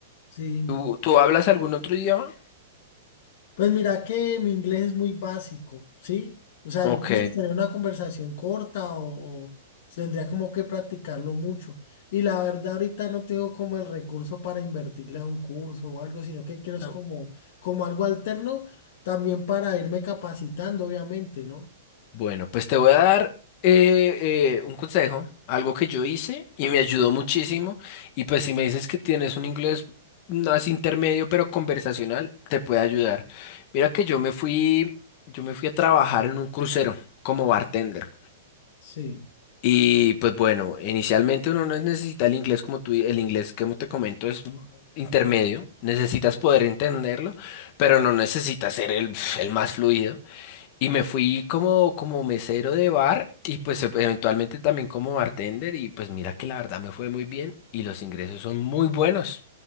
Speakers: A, on the left (about 50°); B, on the left (about 35°).
A: Sí,
B: ¿Tú, tú hablas algún otro idioma?
A: Pues mira que mi inglés es muy básico, ¿sí? O sea,
B: Ok.
A: yo puedo tener una conversación corta o, o tendría como que practicarlo mucho. Y la verdad ahorita no tengo como el recurso para invertirle a un curso o algo, sino que quiero es
B: No.
A: como, como algo alterno también para irme capacitando, obviamente, ¿no?
B: Bueno, pues te voy a dar eh, eh, un consejo, algo que yo hice y me ayudó muchísimo. Y pues si me dices que tienes un inglés más intermedio pero conversacional, te puede ayudar. Mira que yo me fui, yo me fui a trabajar en un crucero como bartender.
A: Sí.
B: Y pues bueno, inicialmente uno no necesita el inglés como tú, el inglés que te comento es intermedio, necesitas poder entenderlo, pero no necesitas ser el, el más fluido. Y me fui como, como mesero de bar y pues e- eventualmente también como bartender y pues mira que la verdad me fue muy bien y los ingresos son muy buenos.